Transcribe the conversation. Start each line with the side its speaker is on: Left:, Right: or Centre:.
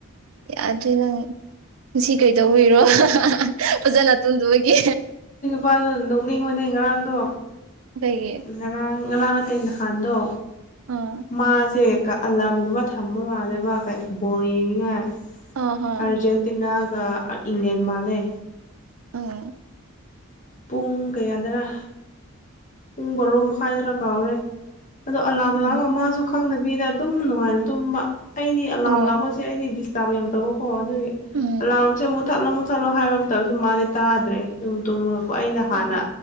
Right: ꯑꯗꯨ ꯅꯪ ꯉꯁꯤ ꯀꯩꯗꯧꯕꯔꯣ ꯍꯥꯍꯥ ꯍꯥ ꯐꯖꯥꯅ ꯇꯨꯝꯗꯕꯒꯤ
Left: ꯃꯥꯗꯣ ꯅꯣꯛꯅꯤꯡꯉꯅꯦ ꯉꯔꯥꯡꯗꯣ
Right: ꯑꯩꯈꯣꯏꯒꯤ
Left: ꯉꯔꯥꯡ ꯉꯔꯥꯡ ꯅꯠꯇꯦ ꯅꯍꯥꯟꯗꯣ
Right: ꯑꯥ
Left: ꯃꯥꯁꯦ ꯑꯂꯥꯔꯝꯒꯨꯝꯕ ꯊꯝꯕꯥ ꯃꯥꯜꯂꯦꯕꯥ ꯕꫭꯟ ꯌꯦꯡꯅꯤꯡꯉꯥꯏ
Right: ꯑꯥ ꯍ
Left: ꯑꯥꯔꯖꯦꯟꯇꯤꯅꯥꯒꯥ ꯏꯪꯂꯦꯟ ꯃꯥꯜꯂꯤ꯫
Right: ꯎꯝ
Left: ꯄꯨꯡ ꯀꯌꯥꯗꯔꯥ ꯄꯨꯡ ꯕꯥꯔꯣ ꯃꯈꯥꯏꯗꯔꯥ ꯀꯥꯎꯔꯦ꯫ ꯑꯗꯣ ꯑꯂꯥꯔꯝ
Right: ꯎꯝ
Left: ꯂꯥꯛꯑꯒ ꯃꯥꯁꯨ ꯈꯪꯗꯕꯤꯗꯥ ꯑꯗꯨꯝ ꯅꯨꯡꯉꯥꯏꯅ ꯇꯨꯝꯕ ꯑꯩꯗꯤ ꯑꯂꯥꯔꯝ
Right: ꯑꯣ
Left: ꯂꯥꯛꯄꯁꯦ ꯑꯩꯗꯤꯗꯤ ꯗꯤꯛ ꯗꯤꯇꯞ ꯌꯥꯝ ꯇꯧꯕꯀꯣ ꯑꯗꯨꯒꯤ
Right: ꯎꯝ
Left: ꯑꯦꯂꯥꯔꯝꯁꯦ ꯃꯨꯠꯊꯠꯂꯣ ꯃꯨꯠꯊꯠꯂꯣ ꯍꯥꯏꯕꯥ ꯇꯧꯕꯁꯨ ꯃꯥꯗꯤ ꯇꯥꯗ꯭ꯔꯦ ꯑꯗꯨꯨꯝꯝ ꯇꯨꯝꯃꯒꯀꯣ ꯑꯩꯅꯥ ꯍꯥꯟꯅꯥ꯫